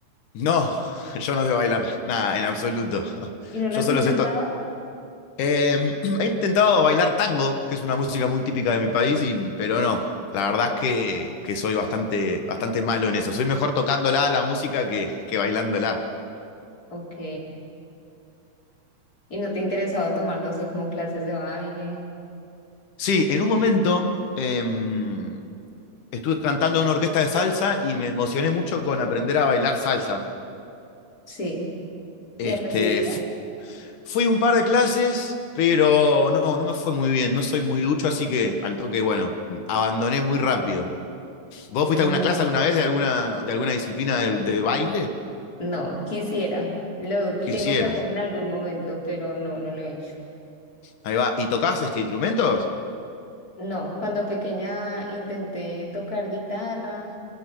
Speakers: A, on the left; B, on the left.
A: No, <laughs> yo no sé bailar, nada, en absoluto. <laughs>
B: ¿Y no lo
A: Yo
B: has
A: solo
B: intentado?
A: sé esto. Eh, <clears throat> he intentado bailar tango, que es una música muy típica de mi país, y- pero no. La verdad es que, que soy bastante, bastante malo en eso. Soy mejor tocándola la música que, que bailándola.
B: Ok. ¿Y no te interesaba tomar, no sé, como clases de baile?
A: Sí, en un momento em, estuve cantando en una orquesta de salsa y me emocioné mucho con aprender a bailar salsa.
B: Sí.
A: Este,
B: ¿Y aprendiste?
A: fui un par de clases, pero no, no me fue muy bien, no soy muy ducho, así que al toque, bueno, abandoné muy rápido. ¿Vos fuiste
B: Ah,
A: a
B: No,
A: alguna clase alguna vez de alguna, de alguna disciplina de, de baile?
B: no, quisiera. Lo tengo
A: Quisieras.
B: que hacer en algún momento, pero no, no lo he hecho.
A: Ahí va. ¿Y tocás este, instrumentos?
B: No, cuando pequeña intenté tocar guitarra.